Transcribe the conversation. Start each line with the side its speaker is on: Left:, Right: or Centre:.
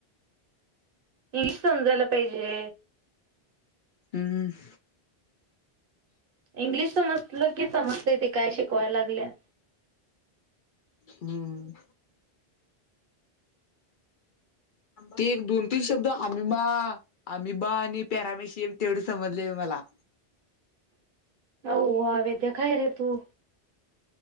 Right: इंग्लिश समजायला पाहिजे
Left: हम्म -
Right: इंग्लिश समजलं की समजते ते काय शिकवायला लागल्या?
Left: हम्म. ते एक, दोन, तीन शब्द आमिबा, आमिबा आणि पॅरामेशियम तेवढं समजल. ते मला
Right: <inaudible> ओवा विद्या काय रे तू